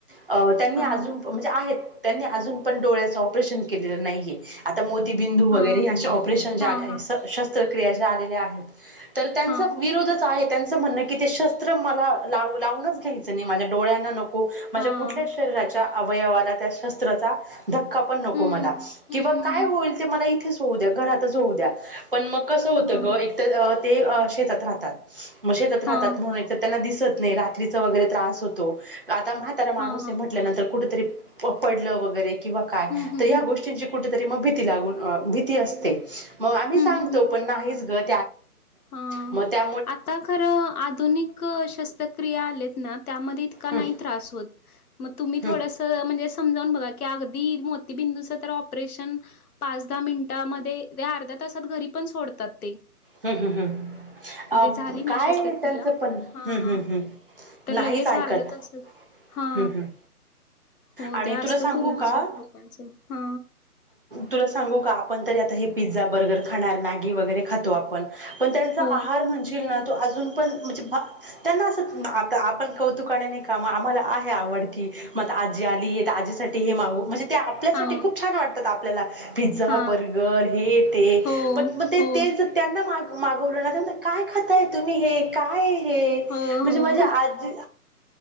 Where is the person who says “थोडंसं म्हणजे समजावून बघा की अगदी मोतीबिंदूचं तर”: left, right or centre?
Left